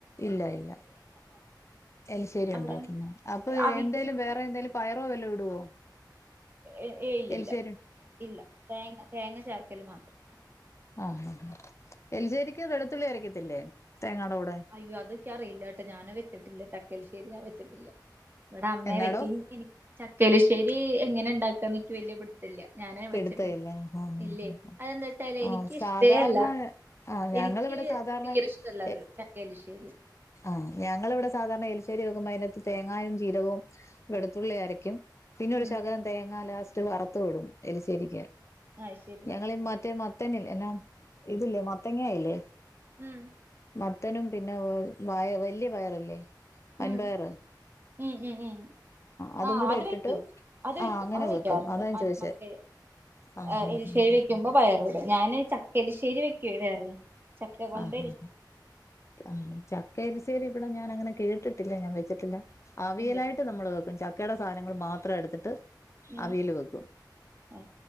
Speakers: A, on the left (about 40°); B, on the right (about 30°).
A: ഇല്ല ഇല്ല എലിശേരി
B: അവിടെ
A: ഉണ്ടാക്കുന്ന അപ്പൊ
B: അവിയല്
A: എന്തേലും വേറെ എന്തേലും പയറോ എന്തേലും ഇടുവോ?
B: ഏഹ ഏയ് ഇല്ലല്ല
A: എലിശ്ശേരി
B: ഇല്ല തേങ്ങ തേങ്ങ ചേർക്കല് മാത്രം
A: ആഹ് ആഹ എലിശേരിക്ക് വെളുത്തുള്ളി അരക്കത്തില്ലേ തേങ്ങാടെ കൂടെ
B: അയ്യോ അത് നിക്ക് അറിയില്ലാട്ടോ ഞാനത് വെച്ചിട്ടില്ല ചക്കഎലിശ്ശേരി ഞാൻ വെച്ചിട്ടില്ല ഇവിടെ അമ്മയാ
A: എന്നാടോ
B: വെക്ക് ചക്കഎലിശ്ശേരി എങ്ങനെ ഇണ്ടാക്കാന്ന് എനിക്ക് വല്യ പിടി ത്തില്ല്യാ ഞാന്
A: പിടുത്തമില്ല
B: വെച്ചിട്ട്
A: ആഹ്
B: ഇല്ലേ അതെന്താ വച്ചാലേ
A: ആഹ്
B: എനിക്ക്
A: സാധാരണ
B: ഇഷ്ടേ അല്ല
A: ആഹ് ഞങ്ങളിവിടെ
B: എനിക്ക്
A: സാധാരണ
B: തീരെ ഇഷ്ടല്ലാത്
A: എ
B: ചക്ക എലിശ്ശേരി
A: ആഹ് ഞങ്ങളിവിടെ സാധാരണ എലിശ്ശേരി വെക്കുമ്പോൾ അതിനകത്ത് തേങ്ങയും ജീരകവും വെളുത്തുള്ളി അരക്കും പിന്നെ ഒരു
B: ഉം
A: ശകലം തേങ്ങാ ലാസ്റ്റ് വറുത്തും ഇടും എലിശേരിക്ക്
B: അത് ശരി
A: ഞങ്ങളീ മറ്റേ മത് മത്തനില്ലേ എന്നാ ഇതില്ലേ മത്തങ്ങ ഇല്ലേ
B: ഉം
A: മത്തനും പിന്നെ വ വായ വല്യ പയറില്ലേ വൻപയറ്
B: ഉം ഉം ഉം ഉം
A: അതും
B: ആഹ്
A: കൂടെ
B: അത്
A: ഇട്ടിട്ട്
B: വെക്കും അത് വെക്കും
A: ആഹ് അങ്ങനെ
B: അത് വെക്കാറുണ്ട്
A: വെക്കും അതാ ഞാൻ
B: മ
A: ചോദിച്ചേ
B: ഏഹ
A: ആഹ് ആഹ്
B: എലിശ്ശേരി വെക്കുമ്പോ പയറുമിടും ഞാന് ചക്ക എലിശ്ശേരി വെക്കുവേ വേറെ കൊണ്ട്
A: ആഹ് ആഹ ചക്ക എലിശേരി ഇവിടെ ഞാൻ ഞാനങ്ങനെ കേട്ടിട്ടില്ല ഞാൻ വെച്ചിട്ടില്ല അവിയലായിട്ട്
B: ഇല്ല
A: ന നമ്മളിങ്ങനെ വെക്കും ചക്കയുടെ സാധനങ്ങൾ മാത്രം എടുത്തിട്ട്
B: ഉം
A: അവിയല് വെക്കും
B: ആ